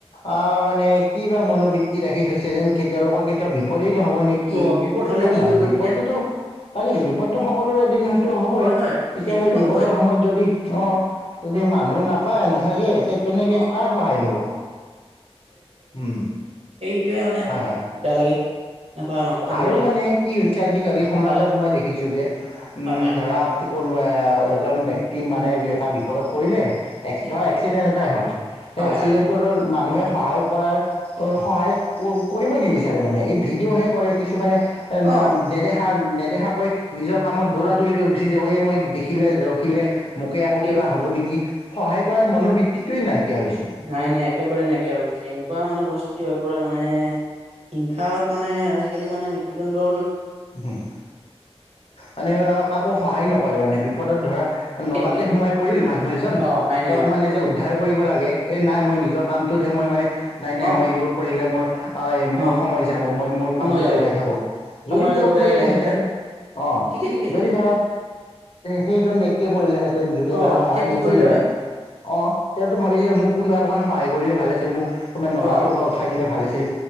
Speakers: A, on the left (about 60°); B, on the right (about 70°).
A: অ, মানে কি বা মনোবৃত্তি ৰাখি থৈছে যেন কেতিয়লোকৰ কেতিয়াও বিপদেই নহ'ব নেকি কি
B: অ বিপদ হলে
A: হয় নে
B: কি
A: নহয়
B: কৰিব
A: বিপদটোতো
B: তেতিয়া
A: তাকেতো বিপদতটো সকলোৰে এদিন হয়তো হবই
B: হয়
A: এতিয়া
B: হয় এদিনতো
A: সেই বিপদৰ
B: হবই
A: সময়ত যদি অহ, যদি
B: অ
A: মানুহ নাপায় নাথাকে এতিয়া কেনেকে
B: অ
A: কাৰ সহায় ল'ব উম,
B: এইটোয়ে মানে
A: হয় হয়
B: বেয়া লাগে। এনেকুৱা মাত কথা দিব
A: আৰু
B: লাগে
A: মানে কি হৈছে আজিকালি সমাজত
B: হয়
A: মই দেখিছো যে উম,
B: হয় হয়
A: ধৰা কোনো এজন ব্যক্তি মানে এটা বিপদত পৰিলে এক্সট্ৰা
B: ঠিক ঠিক
A: এক্সিডেণ্ট এটা হ'ল সেই
B: হয়
A: এক্সিডেণ্টটো
B: হয় হয়
A: মানুহে সহায় কৰাৰ সহায় কৰিব নিবিচাৰে মানে, এই ভিডিঅ'হে কৰে কিছুমানে ন
B: অ
A: নেদেহা-নেদেহা <unintelligible> কৈ নিজৰ কামত দৌৰা - দৌৰিকৈ গুচি যাবয় মই দেখিলে ৰখিলে মোকে আকৌ
B: ঠিকে
A: কিবা
B: কথা
A: হ'ব নেকি, সহায় কৰাৰ মনোবৃত্তিটোৱে নাইকিয়া হৈছে।
B: নাই-নাই একেবাৰে নাইকিয়া হৈ পৰিছে এনেকুৱা মানে পৰিস্থিতি হৈ পৰে মানে হিংসাৰত মানে আজিকালি মানে মৃত্যুদণ্ড
A: হম, মানে কাকো সহায় নকৰে মানে বিপদত ধৰা
B: ঠিকে
A: নলাতে
B: ঠিকে
A: সোমাই পৰিল মানুহ এজন
B: অ নাই নাই
A: তেওঁক
B: নকৰে
A: মানে যে উদ্ধাৰ কৰিব লাগে এ নাই মই নিজৰ কামটোতহে মই মানে নাই-নাই
B: অ
A: মই এইবোৰ কৰিলে মোৰ-মোৰ
B: অ
A: সময় যাব, মই মোৰ কামটোতে
B: সময় যাব
A: যাই থাকো।
B: সময়ৰ
A: যদি তেওঁ
B: লগতে
A: পৰিলেহেঁতেন
B: লাগি থাকে
A: অহ,
B: ঠিকে ঠিকে
A: যদি ধৰা সেইজন ব্যক্তিয়ে পৰিলেহেতেন যোনে
B: অ
A: ধৰা
B: তেতিয়া
A: সহায়
B: কি
A: নকৰিলে
B: কৰিলে হয়
A: অ, তেওঁতো ভাবিচে, মোক কোনোবাই অকমান সহায় কৰিলে ভাল আছিল মোক কোনবাই নলাটোৰ
B: অ
A: পৰা উঠাই দিলে ভাল আছিল।